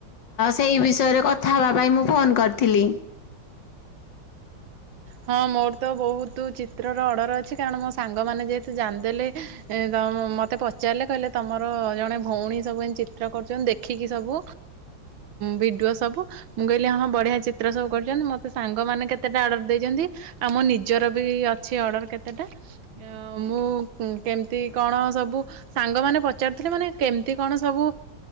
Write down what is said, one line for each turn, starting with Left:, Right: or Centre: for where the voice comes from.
Left: ସେଇ ବିଷୟରେ କଥା ହେବା ପାଇଁ ମୁଁ ଫୋନ କରିଥିଲି <unintelligible>
Right: ହଁ ମୋର ତ ବହୁତ ଚିତ୍ରର ଅର୍ଡର ଅଛି କାରଣ ମୋ ସାଙ୍ଗମାନେ ଯେହେତୁ ଜାଣିଦେଲେ ତ ମତେ ପଚାରିଲେ କହିଲେ ତମର ଜଣେ ଭଉଣୀ ସବୁ ଚିତ୍ର କରୁଛନ୍ତି ଦେଖିକି ସବୁ ଭିଡିଓ ସବୁ ମୁଁ କହିଲି ହଁ ବଢିଆ ଚିତ୍ର ସବୁ କରୁଛନ୍ତି ମୋତେ ସାଙ୍ଗମାନେ କେତେଟା ଅର୍ଡର ଆମ ନିଜର ବି ଅଛି ଅର୍ଡ଼ର କେତେଟା ମୁ କେମତି କଣ ସବୁ ସାଙ୍ଗ ମ ପଚାରୁଥିଲେ ମାନେ କେମତି କଣ ସବୁ